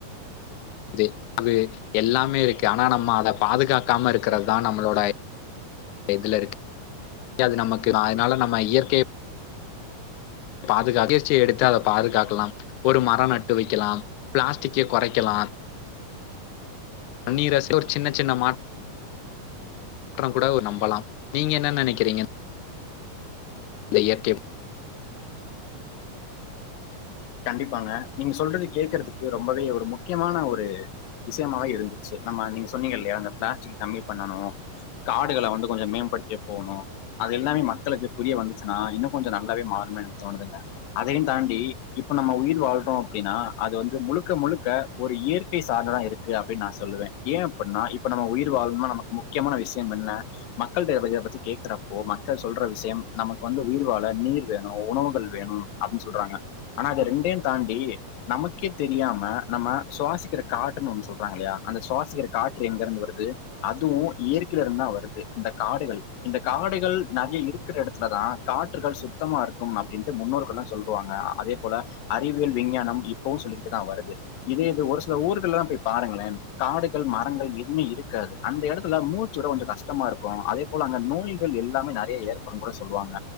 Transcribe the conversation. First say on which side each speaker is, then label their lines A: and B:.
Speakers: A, on the left; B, on the left.
A: <inaudible> து அது எல்லாமே இருக்கு ஆனா நம்ம அத பாதுகாக்காம இருக்கறதுதா நம்மளோட எதுல இருக்கு அது நமக்கு அதனால நம்ம இயற்கைய பாதுகாக்க முயர்ச்சிய எடுத்து அத பாதுகாக்கலா ஒரு மரம் நட்டு வைக்கலா பிளாஸ்டிக்க குறைக்கலா பன்னீராசில ஒரு சின்ன சின்ன மா க்கடம் கூட நம்பலா நீங்க என்ன நெனைக்கிறீங்க இயற்கை
B: கண்டிப்பாங்க நீங்க சொல்றது கேக்குறதுக்கு ரொம்பவே ஒரு முக்கியமான ஒரு விஷயமாவே இருந்துச்சு நம்ம நீங்க சொன்னீங்க இல்லையா அந்த பிளாஸ்டிக் கம்மி பண்ணணு காடுகள வந்து கொஞ்ச மேம்படுத்தி போணுஅவ அது எல்லாமே மக்களுக்கு புரிய வந்துச்சுன்னா இன்னு கொஞ்ச நல்லாவே மாறுனு தோணுதுங்க அதையும் தாண்டி இப்ப நம்ம உயிர் வாழ்றோ அப்டின்னா அது வந்து முழுக்க முழுக்க ஒரு இயற்கை சார்ந்ததா இருக்கு அப்டின்னு நா சொல்லுவே ஏன் அப்பின்னா இப்ப நம்ம உயிர் வாழும்னா நமக்கு முக்கியமான விஷயம் என்ன மக்கள்ட்ட இத பத்தி கேக்குறப்போ மக்கள் சொல்ற விஷயம் நமக்கு வந்து உயிர் வாழ நீர் வேணு உணவுகள் வேணு அப்டின்னு சொல்றாங்க ஆனா அது ரெண்டையும் தாண்டி நமக்கே தெரியாம நம்ம சுவாசிக்கிற காடற்றுன்னு ஒண்ணு சொல்றாங்கல்லையா அந்த சுவாசிக்கிற காற்று எங்க இருந்து வருது அதுவு இயற்கைலேருந்து தா வருது இந்த காடுகள் இந்த காடுகள் நறைய இருக்கிற எடத்துல தா காற்றுகள் சுத்தமா இருக்கும் அப்டின்ட்டு முன்னோர்கள்லா சொல்லுவாங்க அதே போல அறிவியல் விஞ்ஞானம் இப்போவு சொல்லிட்டு தா வருது இதே இது ஒரு சில ஊர்கள்லா போய் பாருங்கள காடுகள் மரங்கள் எதுவுமே இருக்காது அந்த எடத்துல மூச்சுட கொஞ்ச கஷ்டமா இருக்கு அதே போல அங்க நோய்கள் எல்லாமே நறைய ஏற்படும் கூட சொல்வாங்க